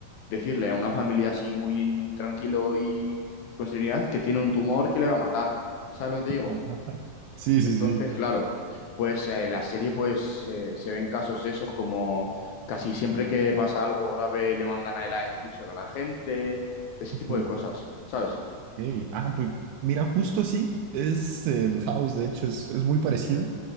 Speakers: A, on the left; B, on the right.
A: decirle a una familia así muy tranquilo y con serenidad que tiene un tumor que le va a matar. ¿Sabes lo que te digo?
B: Ajá. Sí, sí,
A: Entonces,
B: sí.
A: claro, pues eh, la serie pues eh, se ven casos esos como casi siempre que pasa algo grave le mandan a él a decírselo a la gente, ese
B: Ujú.
A: tipo de cosas, ¿sabes?
B: Ey, Ah, pues mira, justo así es el House, de hecho, es, es muy parecido,